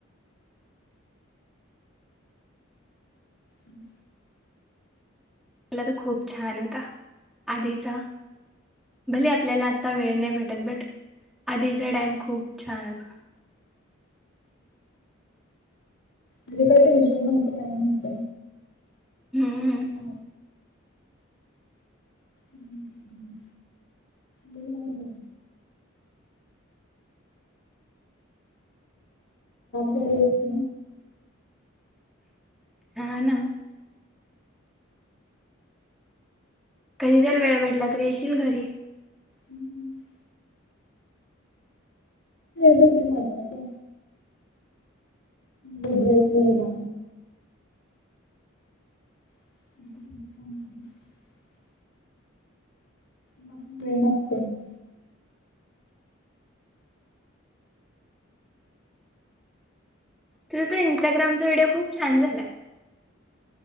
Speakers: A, on the left; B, in the centre.
A: हम्
B: मला तो खूप छान होता आधीचा भले आपल्याला आता वेळ नाही भेटत बट आधीचा टाइम खूप छान होता
A: म्हणजे काय टेनशन माहिती काय मात
B: हम्म
A: ह ह्् ब नाही बर असत
B: ह ना कधीतर वेळ म्हेटला तरी येशील घरी
A: हम्म त होती झा आता ड्रेचला का मून वेणतो ना
B: तुझं तर इन्स्टाग्रामचा व्हिडिओ खूप छान झाला